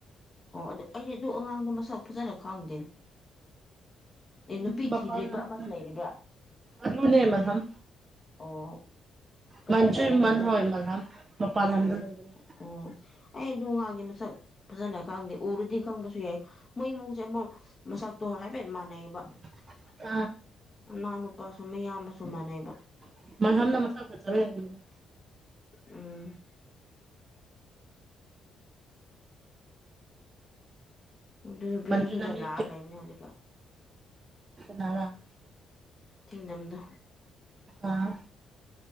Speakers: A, on the left (about 25°); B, on the right (about 35°).
A: ꯑꯣ ꯑꯗꯨ ꯑꯩꯗꯤ ꯑꯗꯨ ꯑꯉꯥꯡꯗꯣ ꯃꯁꯛ ꯐꯖꯅ ꯈꯪꯗꯦꯅꯦ ꯑꯦ
B: ꯎꯝ
A: ꯅꯨꯄꯤ
B: ꯃꯄꯥꯟ
A: ꯊꯤꯗ꯭ꯔꯤꯕꯥ
B: ꯂꯝꯗ
A: ꯑꯃꯁꯨ
B: ꯂꯩ
A: ꯂꯩꯔꯤꯕ꯭ꯔꯥ
B: ꯑꯗꯨꯅꯦ ꯃꯜꯍꯝ
A: ꯑꯣ ꯀꯗꯥꯏ
B: ꯃꯟꯖꯨ
A: ꯂꯩꯥꯕ ꯑꯗꯨꯗꯣ
B: ꯃꯟ ꯍꯣꯏ ꯃꯜꯍꯝ ꯃꯄꯥꯟ ꯂꯝꯗ
A: ꯎꯝ
B: ꯂꯩꯕꯅꯦ
A: ꯎꯝ ꯑꯩ ꯑꯗꯨ ꯑꯉꯥꯡꯗꯤ ꯃꯁꯛ ꯐꯖꯅ ꯈꯪꯗꯦ ꯎꯔꯨꯗꯤ ꯈꯪꯕꯁꯨ ꯌꯥꯏ ꯃꯣꯏ ꯏꯃꯨꯡꯁꯦ ꯑꯃꯨꯛ ꯃꯁꯛꯇꯣ ꯍꯥꯏꯐꯦꯠ ꯃꯥꯟꯅꯩꯌꯦꯕ
B: <unintelligible>
A: ꯃꯅꯥꯎꯅꯨꯄꯥꯁꯨ ꯝꯌꯥꯝꯕꯁꯨ ꯃꯥꯟꯅꯩꯌꯦꯕ
B: <unintelligible>
A: ꯎꯝ ꯑꯗꯨ ꯕꯤꯁꯦꯁꯣꯔ
B: ꯃꯟꯖꯨꯅ
A: ꯍꯣꯏꯗ
B: ꯃꯤ
A: ꯂꯥꯛꯑꯒ ꯂꯩꯕꯅꯦ ꯍꯧꯖꯤꯛꯀꯥꯟ
B: ꯅꯔꯥ
A: ꯊꯤꯡꯗꯝꯗꯣ
B: ꯑꯥ